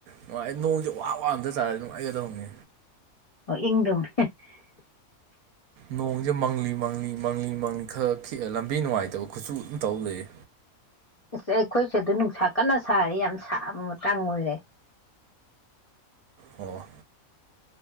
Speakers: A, on the right; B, on the left.
A: ꯅꯨꯡꯉꯥꯏ ꯅꯣꯡꯁꯦ ꯋꯥ ꯋꯥ ꯑꯝꯇ ꯇꯥꯔꯗꯤ ꯅꯨꯡꯉꯥꯏꯒꯗꯧꯅꯤ
B: ꯑꯣ ꯏꯪꯗꯧꯅꯦ <inaudible>
A: ꯅꯣꯡꯁꯦ ꯃꯪꯂꯤ ꯃꯪꯂꯤ ꯃꯪꯂꯤ ꯃꯪꯂꯤ ꯈꯔ ꯈꯤꯛ ꯂꯝꯕꯤ ꯅꯨꯡꯉꯥꯏꯇꯕ ꯈꯨꯠꯁꯨ ꯑꯗꯨꯝ ꯇꯧ ꯂꯩꯑꯦ
B: ꯑ ꯑꯩꯈꯣꯏꯁꯤꯗ ꯅꯨꯡꯁꯥ ꯀꯟꯅ ꯁꯥꯔꯦ ꯌꯥꯝ ꯁꯥꯕ ꯃꯇꯥꯡ ꯑꯣꯏꯔꯦ
A: ꯑꯣ